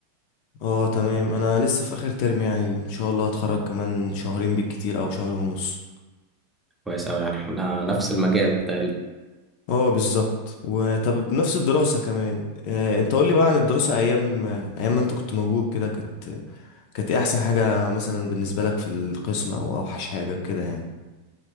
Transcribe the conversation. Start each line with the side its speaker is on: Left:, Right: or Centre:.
Left: اه تمام انا لسه في اخر ترم يعني ان شاء الله هتخرج كمان شهرين بالكتير او شهر ونص
Centre: كويس أوي يعني إحنا نفس المجال تقريبا
Left: اه بالظبط وطب بنفس الدراسة كمان إيه، انت قول لي بقى عن الدراسة ايام ايام ما انت كنت موجود كده كانت كانت ايه احسن حاجة مثلا بالنسبة لك في القسم او اوحش حاجة كده يعني